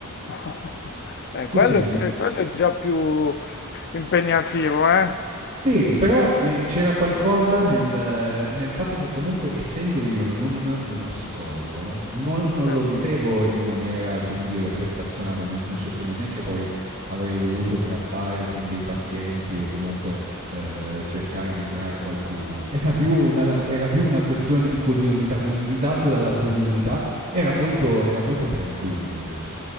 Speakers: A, on the left; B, on the right.
A: <laughs> Eh,
B: Sì,
A: quello,
B: sì,
A: è
B: mi,
A: pe- quello è già più impegnativo, eh?
B: Sì, però, ehm, c'era qualcosa nel nel fatto che comunque essendo io non uno psicologo, non non
A: Sì.
B: lo vivevo in maniera, come dire, prestazionale, nel senso che non è che poi avrei dovuto trattare con dei pazienti o comunque, ehm, cercare di curare qualcuno. Era più una era più una questione di curiosità, quindi guidato dalla curiosità era molto, era molto tranquillo invece.